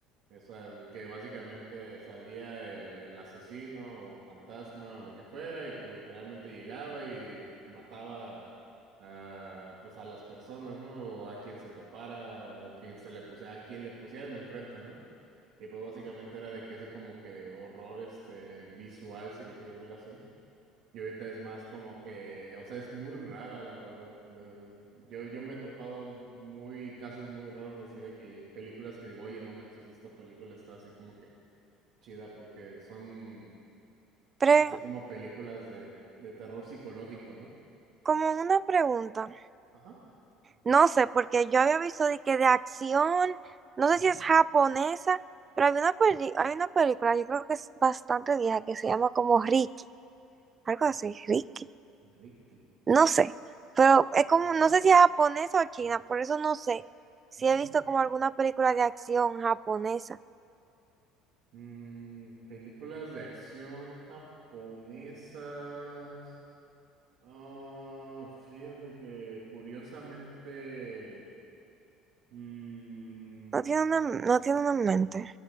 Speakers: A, on the right; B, on the right.
A: esa que básicamente salía el, el asesino o fantasma o lo que fuera y pues literalmente llegaba y mataba a, pues a las personas, ¿no? O a quien se topara o quien se le puse, a quien le pusieran enfrente, ¿no? Y pues básicamente era de que ese como que horror este visual, si lo quieres ver así. Y ahorita es más como que, o sea, es muy rara, la verdad. de veras. Yo, yo me he topado muy casos muy raros así de que películas que digo, oye, no manches, esta película está así como que chida porque son
B: pre-
A: así como películas de, de terror psicológico, ¿no?
B: como una pregunta.
A: Ajá.
B: No sé, porque yo había visto de que de acción, no sé
A: ujú,
B: si es japonesa, pero hay una peli- hay una película, yo creo que es bastante vieja, que se llama como Ricky, algo así, Ricky,
A: Ricky.
B: no
A: Ah,
B: sé, pero es como,
A: Ajá.
B: no sé si es japonesa o china, por eso no sé si
A: ujú.
B: he visto como alguna película de acción japonesa,
A: Mm, películas de acción japonesas. Ah, fíjate que curiosamente. Mm,
B: no tiene una, no
A: mm,
B: tiene una en mente,